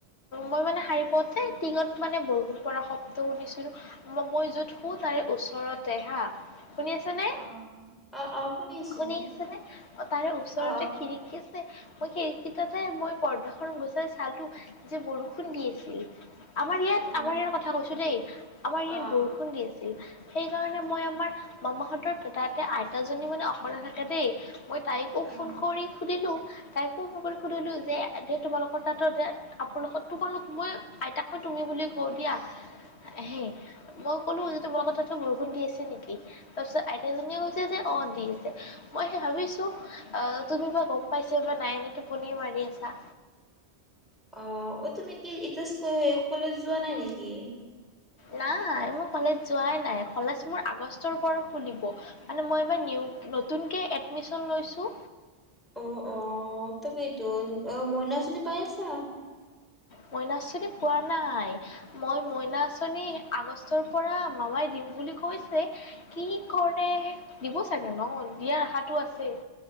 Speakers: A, on the left; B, in the centre.
A: মই মানে সাৰী পাওঁতে, টিঙত মানে বৰষুণ পৰা, শব্দ শুনিছিলোঁ। ম মই যত সোঁ, তাৰে ওচৰতে হা। শুনি আছে নে?
B: অ অ অ আছো
A: শুনি আছে নে? অ', তাৰে ওচৰতে
B: অ
A: খিৰিকী মই সেইকেইটাতে, মই পৰ্দাখন গুচাই চালো যে বৰষুণ দি আছিল। আমাৰ ইয়াত,
B: অ
A: আমাৰ ইয়াৰ কথা কৈছো দেই। আমাৰ ইয়াত,
B: অ অ
A: বৰষুণ দি আছিল। সেইকাৰণে মই আমাৰ, মামাহঁতৰ তাতে আইতাজনী মানে অকলে থাকে দেই। মই, তাইকো
B: অ
A: ফোন কৰি সুধিলোঁ। তাইকো ফোন কৰি সুধিলোঁ যে, আজি তোমালোকৰ তাতো আপোনালোকৰ তোমালোক মই আইতাকো তুমি বুলি কওঁ দিয়া। হে মই ক'লো যে তোমালাকৰ তাতে বৰষুণ দি আছে নেকি? তাৰপিছত আইতাজীয়ে কৈছে যে অঁ দি আছে। মই সেই ভাবিছো অঁ তুমি বা গম পাইছ বা নাই এনেই টোপনি মাৰি আছা।
B: অঁ, অঁ তুমি কি এতিয়া কলেজ যোৱা নাই নেকি?
A: নাই মই কলেজ যোৱাই নাই কলেজ মোৰ আগষ্টৰ পৰা খুলিব। মানে মই এইবাৰ নতুনকে এডমিচন লৈছো।
B: অঁ অঁ তেকেইটো, অঁ মইনা আছনি পাই আছা?
A: মইনা আঁচনি পোৱা নাই। মই মইনা আঁচনি আগষ্টৰ পৰা মামাই দিম বুলি কৈছে। কি কৰে দিব চাগে ন দিয়াৰ আশাটো আছেই।